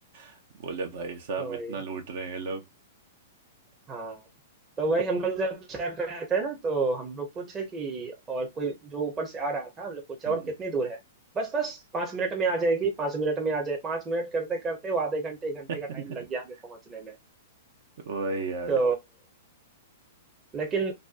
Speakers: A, on the right (about 60°); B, on the right (about 20°).
A: बोले भाई साहब
B: तो वही
A: इतना लूट रहे हैं ये लोग
B: हाँ तो वही हम लोग जब चल रहे थे ना तो हम लोग पूछे कि और कोई जो ऊपर से आ रहा था हम लोग पूछे
A: हम्म
B: और कितनी दूर है बस बस पाँच मिनट में आ जाएगी पाँच मिनट में आ जाए पाँच मिनट करते करते वो आधे घंटे एक घंटे
A: <laughs>
B: का टाइम लग गया हमें पहुंचने में
A: वही यार
B: तो लेकिन